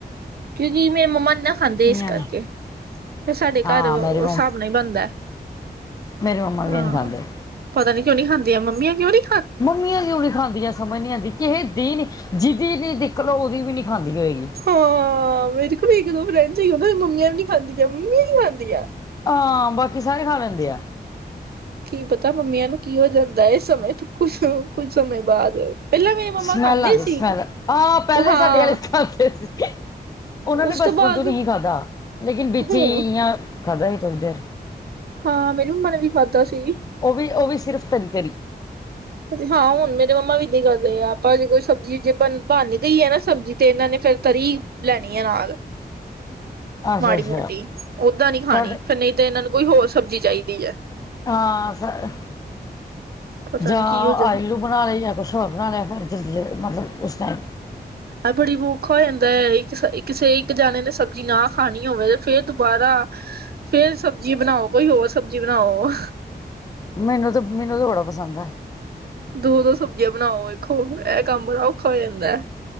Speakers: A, on the right; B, on the left.
A: ਕਿਉਂਕਿ ਮੇਰੀ ਮੰਮਾ ਨੀ ਨਾਂ ਖਾਂਦੇ ਇਸ
B: ਇਆਂ
A: ਕਰਕੇ
B: ਨੇ
A: ਫਿਰ ਸਾਡੇ
B: ਹਾਂ
A: ਘਰ ਉਸ
B: ਮੇਰੀ
A: ਹਿਸਾਬ ਨਾਲ ਈ ਬਣਦਾ।
B: ਮੇਰੇ ਮੰਮਾ
A: ਹਾਂ
B: ਵੀ ਨੀ ਖਾਂਦੇ।
A: ਪਤਾ ਨੀ ਕਿਉਂ ਨਹੀਂ ਖਾਂਦੀਆਂ ਆ ਮੰਮੀਆਂ ਕਿਉਂ ਨੀਂ
B: ਮੰਮੀਆਂ ਕਿਉਂ ਨੀਂ ਦੀ ਖਾਂਦੀਆਂ ਸਮਝ ਨਹੀਂ ਆਂਦੀ ਕਿਸੇ ਦੀ ਨੀ ਜਿਹਦੀ ਨੀ ਦੇਖ ਲਓ ਉਹਦੀ ਵੀ ਨੀ ਖਾਂਦੀ ਹੋਏਗੀ।
A: ਹਾਂ, ਮੇਰੇ ਕੋਲ ਇੱਕ ਦੋ ਫਰੈਂਡ ਸੀਦਾ ਮੰਮੀਆਂ ਵੀ ਨੀ ਖਾਂਦੀਆਂ, ਮੰਮੀਆਂ ਹੀ ਖਾਂਦੀਆਂ
B: ਆਹ, ਬਾਕੀ ਸਾਰੇ ਖਾ ਲੈਂਦੇ ਆ
A: ਕੀ ਪਤਾ ਮੰਮੀਆਂ ਨੂੰ ਕੀ ਹੋ ਜਾਂਦਾ ਏ ਸਮੇਂ ਤੋਂ ਕੁਛ ਕੁੱਝ ਸਮੇਂ ਬਾਅਦ ਪਹਿਲਾਂ ਮੇਰੇ ਮੰਮਾ
B: ਸਮੈਲ,
A: ਖਾਂਦੇ
B: ਆਦੀ
A: ਸੀ
B: ਸਮੈਲ, ਆਹ ਪਹਿਲੇ
A: ਉਹ ਹਾਂ
B: ਸਾਡੇ ਆਲੇ ਖਾਂਦੇ ਸੀ। ਉਹਨਾਂ ਨੇ
A: ਉਸ
B: ਬਚਪਨ
A: ਬਾਅਦ
B: ਤੋਂ ਨਹੀਂ ਖਾਧਾ, ਲੇਕਿਨ ਵਿੱਚ
A: ਹੁਣ
B: ਹੀਆ ਖਾਦਾ ਸੀ ਥੋੜੀ ਦੇਰ
A: ਹਾਂ, ਮੇਰੀ ਮੰਮਾ ਨੇ ਵੀ ਖਾਧਾ ਸੀ।
B: ਉਹ ਵੀ, ਉਹ ਵੀ ਸਿਰਫ ਤਰੀ-ਤਰੀ
A: ਹਾਂ ਹੁਣ ਮੇਰੇ ਮੰਮਾ ਵੀ ਇਦਾਂ ਕਰਦੇ ਆ ਆਪਾਂ ਜੇ ਕੋਈ ਸਬਜ਼ੀ ਜੇ ਬਣ ਗਈਏ ਸਬਜ਼ੀ ਤੇ ਇਹਨਾਂ ਨੇ ਫਿਰ ਤਰੀ ਲੈਣੀ ਐ ਨਾਲ
B: ਅੱਛਾ
A: ਮਾੜੀ-ਮੋਟੀ,
B: ਅੱਛਾ
A: ਓਦਾਂ ਨੀ ਖਾਣੀ
B: ਸਾਡੇ
A: ਫਿਰ, ਨਹੀਂ ਤੇ ਇਹਨਾਂ ਨੂੰ ਕੋਈ ਹੋਰ ਸਬਜ਼ੀ ਚਾਹੀਦੀ ਏ
B: ਹਾਂ ਫਿਰ।
A: ਪਤਾ
B: ਜਾਂ
A: ਨੀ ਕੀ ਹੋ ਜਾਂਦਾ
B: ਆਲੂ ਬਣਾ ਲਏ ਜਾਂ ਕੁਛ ਹੋਰ ਬਣਾ ਲਿਆ ਫਿਰ ਜ਼ਲਦੀ- ਜਲਦੀ ਮਤਲਬ ਉਸ ਟਾਈਮ
A: ਹੈ, ਬੜੀ ਔਖਾ ਹੋ ਜਾਂਦਾ ਇਕ-ਇਕ ਕਿਸੇ ਇੱਕ ਜਾਣੇ ਨੇ ਸਬਜ਼ੀ ਨਾ ਖਾਣੀ ਹੋਵੇ ਤੇ ਫੇਰ ਦੁਬਾਰਾ ਫੇਰ ਸਬਜ਼ੀ ਬਣਾਓ, ਕੋਈ ਹੋਰ ਸਬਜ਼ੀ ਬਣਾਓ।
B: ਮੈਨੂੰ ਤੇ, ਮੈਨੂੰ ਤੇ ਬੜਾ ਪਸੰਦ ਆ
A: ਦੋ-ਦੋ ਸਬਜ਼ੀਆਂ ਬਣਾਓ, ਵੇਖੋ ਇਹ ਕੰਮ ਬੜਾ ਔਖਾ ਜਾਂਦਾ।